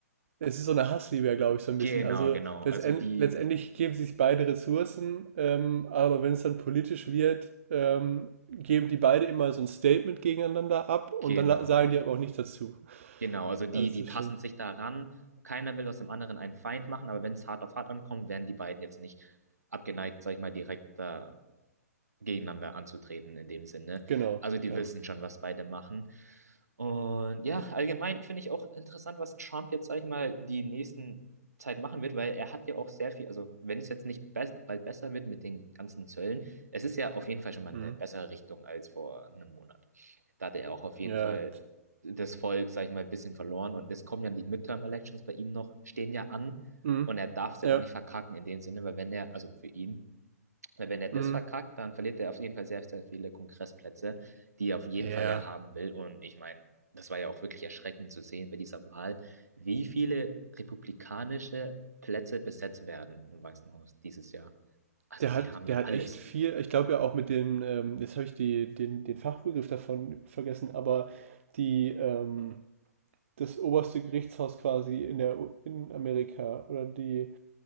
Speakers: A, on the right; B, on the right.
A: Es ist so eine Hassliebe, glaube ich, so ein
B: genau,
A: bisschen. Also
B: genau.
A: letztend
B: Also die,
A: letztendlich geben sich beide Ressourcen, ähm, aber wenn es dann politisch wird, ähm, geben die beide immer so ein Statement gegeneinander ab und
B: genau.
A: dann la- sagen die aber auch nichts dazu.
B: Genau, also die,
A: Also es
B: die
A: ist
B: tasten
A: schon,
B: sich daran. Keiner will aus dem anderen einen Feind machen, aber wenn es hart auf hart ankommt, wären die beiden jetzt nicht abgeneigt, sag ich mal, direkt äh, gegeneinander anzutreten in dem Sinne.
A: genau,
B: Also die
A: ja.
B: wissen schon, was beide machen. Und ja, allgemein finde ich auch interessant, was Trump jetzt, sag ich mal, die nächsten Zeit machen wird, weil er hat ja auch sehr viel, also wenn es jetzt nicht be bald besser wird mit den ganzen Zöllen, es ist ja auf jeden Fall schon mal
A: Mhm.
B: eine bessere Richtung als vor einem Monat. Da hatte er auch auf jeden
A: Ja.
B: Fall das Volk, sag ich mal, ein bisschen verloren und es kommen ja die Midterm-Elections bei ihm noch, stehen ja an
A: Mhm.
B: und er darf es ja
A: Ja.
B: auch nicht verkacken in dem Sinne, weil wenn er, also für ihn, weil wenn er das
A: Mhm.
B: verkackt, dann verliert er auf jeden Fall sehr, sehr viele Kongressplätze, die er auf jeden
A: Ja.
B: Fall ja haben will. Und ich meine, das war ja auch wirklich erschreckend zu sehen bei dieser Wahl, wie viele republikanische Plätze besetzt werden im Weißen Haus dieses Jahr. Also
A: Der
B: die
A: hat,
B: haben ja
A: der hat
B: alles.
A: echt viel, ich glaube ja auch mit dem, ähm, jetzt habe ich die, den, den Fachbegriff davon vergessen, aber die, ähm, das oberste Gerichtshaus quasi in der in Amerika oder die